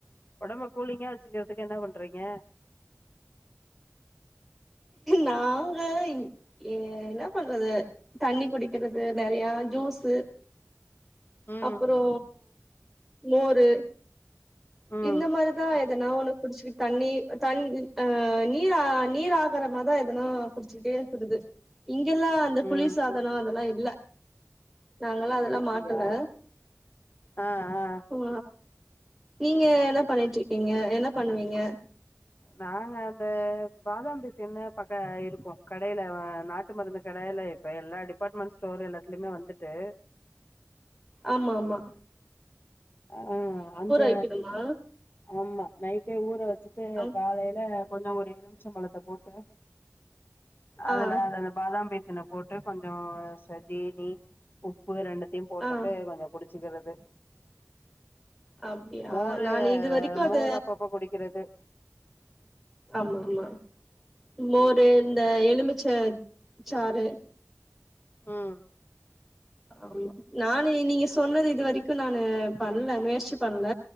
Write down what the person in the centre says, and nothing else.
நாங்க இங் ஏ என்ன பண்றது தண்ணி குடிக்கிறது நெறையா ஜூஸ்ஸு
அப்பறோ மோரு
இந்த மாறிதா எதனா ஒண்ணு குடிச்சுக் தண்ணி தண்ணி அ அ நீர் ஆ நீர் ஆகாரமா தா எதனா குடிச் சிட்டே இருக்கறது இங்கெல்லா அந்த
குளிர் சாதனோ
அதெல்லா இல்ல நாங்கள்லா அதெல்லா
மாட்டல
ஆ நீங்க என்ன பண்ணிட்டு இருக்கீங்க என்ன பண்ணுவீங்க
ஆமாமா
வைக்கணுமா
ஆ
ஆ
ஆ
அப்டியா
நான் இது வரைக்கு அத
ஆமாமா மோரு
இந்த எலுமிச்ச சாறு
ஆமா நானு நீங்க சொன்னது இது வரைக்கு நானு பண்ணல முயற்சி பண்ணல